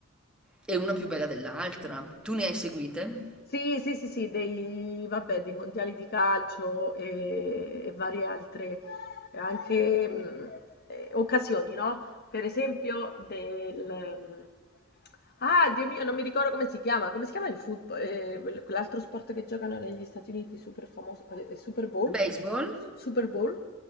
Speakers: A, in the centre; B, on the left.
A: e una più bella dell'altra. Tu ne hai seguite?
B: Sì, sì, sì, sì, dei, vabbè, dei mondiali di calcio e, e varie altre anche, mh, eh, occasioni, no? Per esempio del... mh, Ah, Dio mio, non mi ricordo come si chiama. Come si chiama il football? eh, quel- quell'altro sport che giocano negli Stati Uniti, super famoso, eh, Super Bowl?
A: Baseball?
B: Super Bowl?